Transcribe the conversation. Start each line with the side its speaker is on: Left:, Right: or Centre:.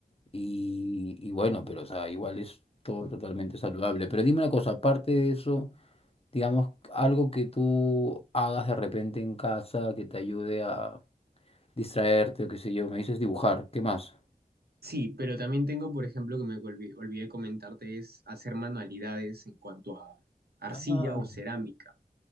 Left: Y, y bueno, pero o sea, igual es todo totalmente saludable. Pero dime una cosa, aparte de eso, digamos, algo que tú hagas de repente en casa que te ayude a distraerte o qué sé yo, me dices dibujar, ¿qué más?
Right: Sí, pero también tengo, por ejemplo, que me olvi- olvidé, comentarte, es hacer manualidades en cuanto a arcilla
Left: Ah,
Right: o cerámica.